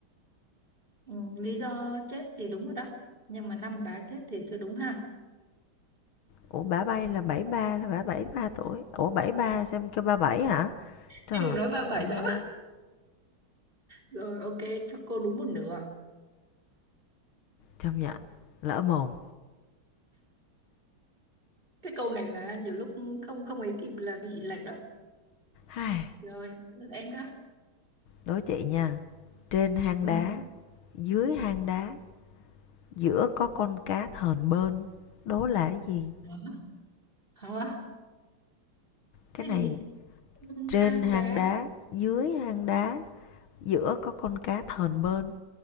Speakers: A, on the right; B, on the left.
A: Ừ, lý do chết thì đúng rồi đó, nhưng mà năm bà chết thì chưa đúng ha.
B: Ủa bà bay là bảy mươi ba là bà 73 tuổi. Ủa 73 xem kêu 37 hả? Trời
A: em vừa nói ba bảy
B: ơi,
A: đó Rồi ok, cho cô đúng một nửa.
B: chấp nhận lỡ mồm.
A: Cái câu này là nhiều lúc không không ấy kịp là bị lệch đó.
B: Hai,
A: Rồi, lượt em đó.
B: đối chị nha. Trên hang
A: Ừ.
B: đá, dưới hang đá, giữa có con cá thờn bơn. Đố là cái gì?
A: Hả? Hả?
B: Cái
A: Cái
B: này
A: gì?
B: trên
A: Hang
B: hang
A: đá.
B: đá, dưới hang đá, giữa có con cá thờn bơn